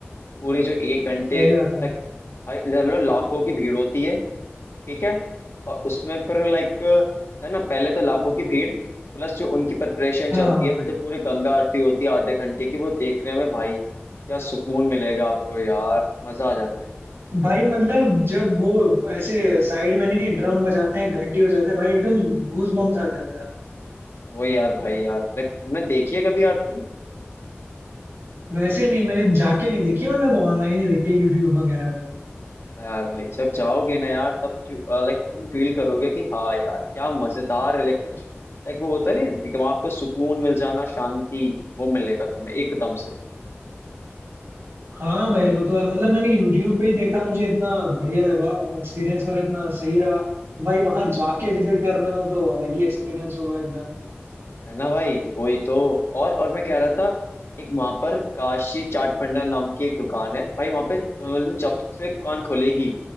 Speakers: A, on the left; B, on the right.
A: पूरी जो एक घंटे
B: सही बात है
A: लाइक भाई मतलब लाखों की भीड़ होती है ठीक है और उसमें फिर लाइक है ना पहले तो लाखों की भीड़ प्लस जो उनकी प्रिपरेशन चलती
B: हाँ
A: है फिर जो पूरे गंगा आरती होती है आधे घंटे की वो देखने में भाई क्या सुकून मिलेगा आपको यार मजा आ जाता है
B: भाई मतलब जब वो ऐसे साइड में नहीं ड्रम बजाते हैं घंटी बजाते हैं भाई एकदम गूज बम्स आ जाता है
A: वो यार भाई यार लाइक तुमने देखी है कभी आरती
B: वैसे नहीं मैंने जाके नहीं देखी है, मतलब ऑनलाइन ही देखी है यूट्यूब वगैरह पे
A: हाँ यार भाई जब जाओगे ना यार तब लाइक तुम फील करोगे कि हाँ यार क्या मजेदार है लाइक लाइक वो होता है ना दिमाग को सुकून मिल जाना शांति वो मिलेगा तुम्हें एकदम से
B: हाँ भाई वो तो है मतलब मैंने यूट्यूब पे ही देखा मुझे इतना बढ़िया लगा एक्सपीरियंस मेरा इतना सही रहा तो भाई वहां जाके विजिट करने में तो अलग ही एक्सपीरियंस होगा एकदम
A: है ना भाई वही तो और और मैं कह रहा था एक वहां पर काशी चाट भंडार नाम की एक दुकान है भाई वहां पे अ, मतलब जब से दुकान खुलेगी